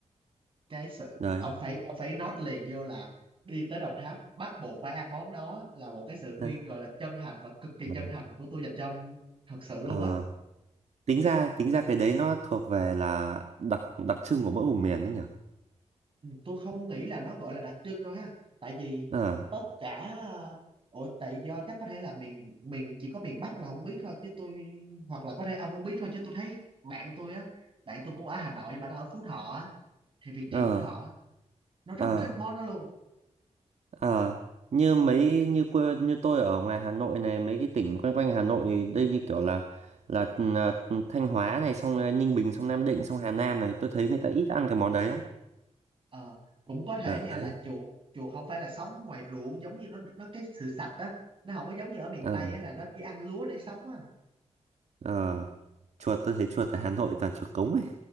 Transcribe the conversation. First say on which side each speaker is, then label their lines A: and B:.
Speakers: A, on the right; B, on the right.
A: cái sự
B: đấy
A: ông phải ông phải note liền vô là đi tới Đồng Tháp bắt buộc phải ăn món đó là một cái sự
B: đấy
A: khuyên gọi là chân thành và cực kỳ
B: Ừ.
A: chân thành của tôi dành cho ông thật sự luôn
B: ờ,
A: á
B: tính ra tính ra cái đấy nó thuộc về là đặc đặc trưng của mỗi vùng miền đấy nhỉ
A: Ừ, tôi không nghĩ là nó gọi là đặc trưng đâu ha tại vì
B: ờ
A: tất cả ồ tại do chắc có thể là miền miền chỉ có miền Bắc là không biết thôi chứ tôi hoặc là có thể ông không biết thôi chứ tôi thấy bạn tôi á bạn tôi cũng ở Hà Nội nhưng mà nó ở Phú Thọ á thì Việt Trì
B: ờ
A: Phú Thọ á, nó rất
B: ờ
A: là thích món đó luôn
B: ờ như mấy như quê như tôi ở ngoài Hà Nội này mấy cái tỉnh quanh quanh Hà Nội đây như kiểu là là, là Thanh Hóa này xong là Ninh Bình xong Nam Định xong Hà Nam này tôi thấy người ta ít ăn cái món đấy lắm
A: ờ cũng có thể
B: đấy
A: nha là chuột chuột không phải là sống ngoài ruộng giống như nó nó cái sự sạch á nó không có giống như ở miền
B: ờ
A: Tây á là nó chỉ ăn lúa để sống á
B: ờ chuột tôi thấy chuột ở Hà Nội toàn chuột cống ấy